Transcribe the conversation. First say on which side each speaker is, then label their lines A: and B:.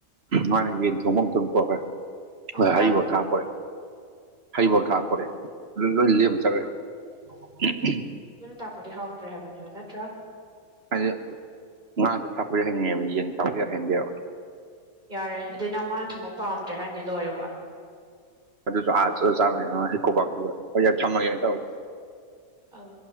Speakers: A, on the right; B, on the right.
A: ꯃꯥꯅ ꯌꯦꯟ ꯊꯣꯡꯕꯝ ꯑꯝꯇꯪ ꯄꯨꯔꯛꯈ꯭ꯔꯦ
B: ꯑꯃꯨꯛꯇ
A: ꯍꯣꯏ ꯍꯔꯤꯕꯣ ꯈꯥꯡ ꯄꯣꯔꯦ ꯍꯩꯕꯣꯞ ꯈꯥꯛꯑꯥ ꯄꯣꯔꯦ ꯂꯣꯏ ꯂꯦꯝ ꯆꯠꯈ꯭ꯔꯦ <unintelligible>
B: ꯑꯗꯨꯅ ꯇꯥꯛꯄꯗꯤ ꯍꯥꯎꯇ꯭ꯔꯦ ꯍꯥꯏꯕꯅꯦꯕ ꯅꯠꯇ꯭ꯔꯥ
A: ꯍꯥꯏꯗꯤ ꯉꯥꯗ ꯊꯛꯄꯗꯤ ꯍꯩꯅꯩꯌꯦꯕ ꯌꯦꯟ ꯊꯥꯕꯗꯤ ꯍꯩꯅꯗꯦꯕ
B: ꯌꯥꯔꯦ ꯑꯗꯩ ꯅꯪ ꯉꯥ ꯊꯣꯡꯕ ꯄꯥꯝꯗ꯭ꯔꯦ ꯍꯥꯏꯅꯦ ꯂꯣꯏꯔꯦ ꯋ
A: ꯑꯗꯨꯁꯨ ꯑꯥ ꯆꯠꯂ <unintelligible> ꯊꯝꯃꯒꯦꯅ ꯇꯧꯔꯤ
B: ꯑꯥꯎ